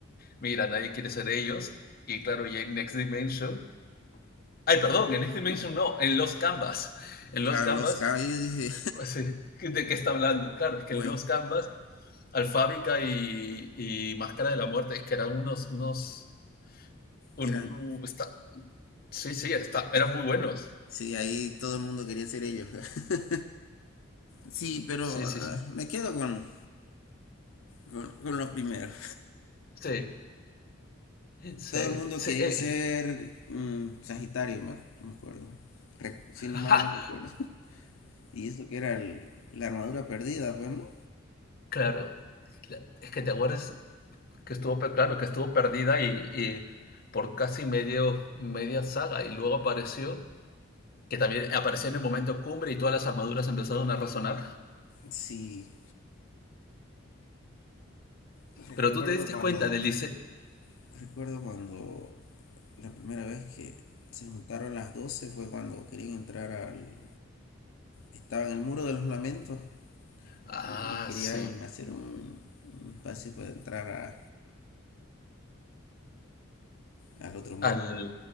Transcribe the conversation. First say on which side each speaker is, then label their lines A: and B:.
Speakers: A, on the left; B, on the left.
A: mira, nadie quiere ser ellos, y claro, y en Next Dimension, ay, perdón, en Next Dimension no, en Los Canvas, en
B: claro,
A: Los Canvas
B: los caballos, dije,
A: pues sí, <laughs> ¿de qué está hablando? Claro, es que
B: <laughs> pues,
A: en Los Gambas, Alfábica y, y Máscara de la Muerte, es que eran unos, unos, un-
B: eran.
A: un- está- sí, sí, está, eran
B: ay,
A: muy buenos.
B: Sí, ahí todo el mundo quería ser ellos. <laughs> Sí, pero
A: Sí, sí,
B: ah,
A: sí,
B: me quedo con, con, con los primeros.
A: sí, sí,
B: Todo el mundo
A: sí,
B: quería
A: eh,
B: ser mm, Sagitario, me, me acuerdo. Re- si no
A: <laughs>
B: mal
A: ¡ja!
B: no recuerdo. <laughs> Y eso que era el- la armadura perdida, pues, ¿no?
A: claro, la- es que te acuerdas que estuvo, pe- claro, que estuvo perdida y, y por casi medio, media saga y luego apareció, que también apareció en el momento cumbre y todas las armaduras empezaron a resonar.
B: Sí, recuerdo
A: Pero tú te diste
B: cuando
A: cuenta del diseño,
B: Recuerdo cuando la primera vez que se juntaron las 12 fue cuando querían entrar al... Estaba en el muro de los lamentos
A: Ah,
B: y, y querían
A: sí.
B: hacer un, un espacio para entrar a- al otro mundo.
A: Al,